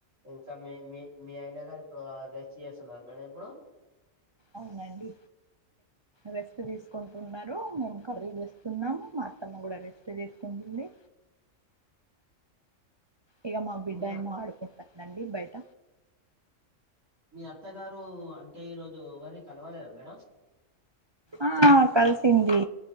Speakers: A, on the right (about 80°); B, on the right (about 50°).
A: ఇంకా మీ మీ మీ ఆయన గారు ఇప్పుడు రెస్ట్ చేస్తున్నారు మేడం ఇప్పుడు
B: అవునండి రెస్ట్ తీసుకుంటున్నారు మేము కర్రీ చేస్తున్నాము మా అత్తమ్మ గూడా రెస్ట్ తీసుకుంట ఉంది ఇగ మా బిడ్డ
A: మీ అ
B: ఏమో ఆడుకుంటందండి బయట
A: మీ అత్తగారు అంటే ఈరోజు ఎవరి కలవలేదా మేడం
B: ఆ కలిసింది